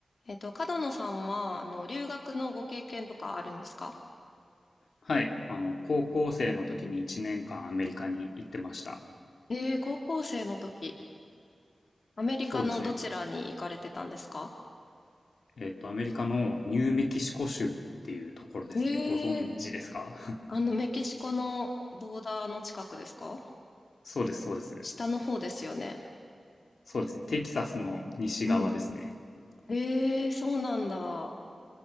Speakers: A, on the left (about 60°); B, on the left (about 75°).
A: えっと、角野さんは、あの、留学のご経験とかあるんですか
B: はい。あの、高校生の時に1年間アメリカに行ってました。
A: ええ、高校生の時、アメリカのどちらに行かれてたんですか
B: そうですね。えっと、アメリカのニューメキシコ州っていうところですね。
A: ええ、
B: ご存知ですか
A: あの、メキシコのボーダーの近くですか
B: <laughs> そうです、そうです。
A: 下の方ですよね。
B: そうですね。テキサスの西側ですね。
A: うん。ええ、そうなんだ。